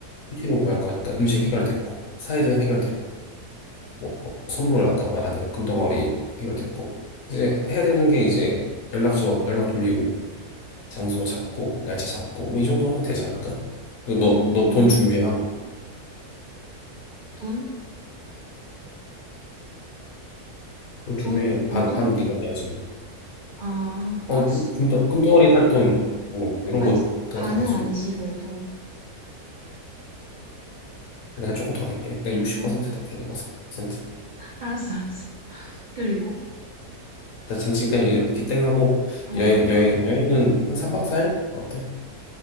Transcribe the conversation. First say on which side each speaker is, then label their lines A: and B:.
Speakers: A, on the left; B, on the right.
A: 시키로 구할 거니까 음식 해결됐고 사회적 해결됐고 뭐 선물 아까 말한 대로 금덩어리 해결됐고 이제 해야 되는 게 이제 연락처 연락 돌리고 장소 잡고 날짜 잡고 뭐 이 정도 하면 되지 않을까? 그너너
B: 음,
A: 돈 준비하고
B: 돈?
A: 돈
B: 돈?
A: 준비해 반반
B: 용돈?
A: 네가 내야지.
B: 아, 알았어.
A: 어 금- 금덩 금덩어리 살 돈 뭐 이런
B: 아니,
A: 거가
B: 반은
A: 다 냈으니까
B: 아니지, 그래도.
A: 내가 조금 더 낼게. 내가 60%
B: 응,
A: 낼게. 센트
B: 알았어, 알았어. 그리고,
A: 나 잠깐 이렇게 땡 하고
B: 어.
A: 여행 여행 여행은 한 3박 4일 어때?